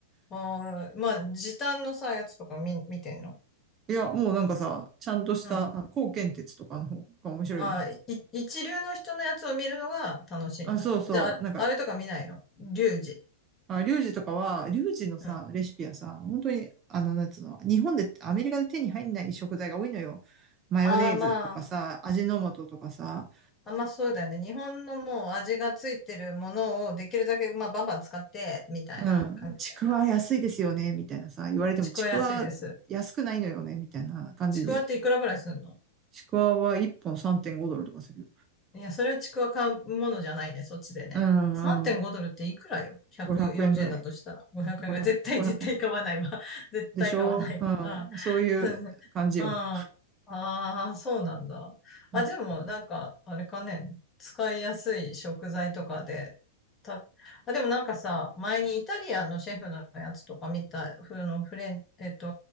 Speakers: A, on the left; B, on the right.
A: あーまあ、時短のさ、やつとか見、見てんの
B: いや、もうなんかさ、ちゃんとした、
A: うん。
B: あ高健鉄とかの方が面白いよね。
A: ああ、い、一流の人のやつを見るのが楽しいんだ。
B: あ、そうそう。
A: じゃあ、
B: なんか、
A: あれとか見ないのリュウジ。
B: あ、リュウジとかは、リュウジのさ、
A: うん。
B: レシピはさ、本当に、あの、なんつうの、日本で、アメリカで手に入んない食材が多いのよ。マヨネーズとかさ、
A: ああ、まあ、
B: 味の素とかさ、
A: あんまあそうだよね。日本のもう味がついてるものをできるだけ、まあ、バンバン使って、みたいな感じだよね、
B: うん、ちくわ安いですよね、
A: あそこ。
B: みたいなさ、言われても、
A: ちくわ安いです。
B: ちくわ安くないのよね、みたいな感じで、
A: ちくわっていくらぐらいすんの
B: ちくわは1本3.5ドルとかするよ。
A: いや、それはちくわ買うものじゃないね、そっちでね。
B: うんうん。
A: 3.5ドルっていくらよ ?140
B: 500円ぐらい。
A: 円だとしたら。500円が絶対、
B: 500、5円。
A: 絶対買わないわ。<laughs> 絶対買わないわ。
B: でしょうん。そういう感じよ。
A: うん。<laughs> うん。ああ、そうなんだ。あ、
B: うん
A: でも、なんか、あれかね、使いやすい食材とかで、た、あ、でもなんかさ、前にイタリアンのシェフのやつとか見た、ふのフレン、えっと、